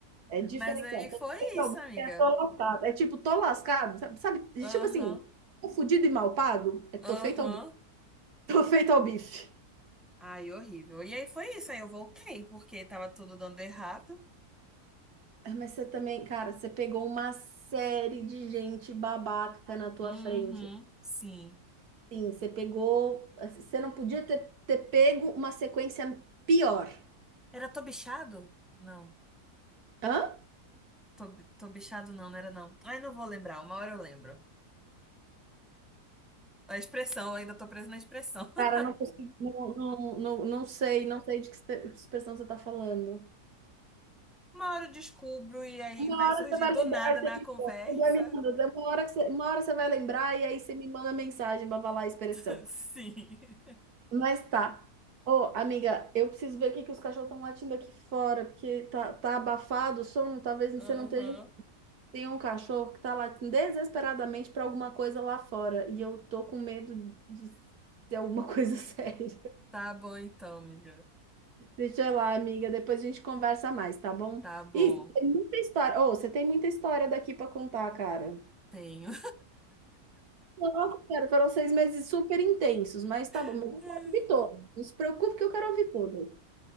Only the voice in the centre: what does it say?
Mas aí
foi
isso,
amiga.
Aham,
aham.
Ai, horrível. E aí foi isso, aí eu voltei, porque tava tudo dando errado.
Uhum,
sim.
Era tô bichado? Não.
Tô, bi- tô bichado não, não era não. Ai, não vou lembrar, uma hora eu lembro. A expressão, eu ainda tô presa na expressão. <laughs>
Uma hora eu descubro e aí
vai
surgir
do
nada
na
conversa.
<laughs> Sim.
Aham.
Tá bom então, amiga.
Tá bom.
Tenho.
<laughs>